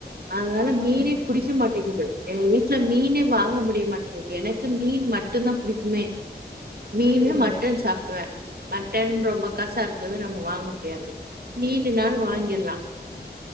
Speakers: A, on the right (about 60°); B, on the left (about 20°).
A: அதனால
B: ஆமாங்க
A: மீனே புடிக்க மாட்டேங்குது எங்க வீட்ல மீனே வாங்க முடிய மாட்டேங்குது எனக்கு மீன் மட்டுதா புடிக்குமே மீனு
B: சேரிங்க
A: மட்டன் சாப்டுவ மட்டன் ரொம்ப காசா இருக்குதுனு நம்ம வாங்க முடியாது மீனுனாலு
B: ஆமாங்க
A: வாங்கில்லா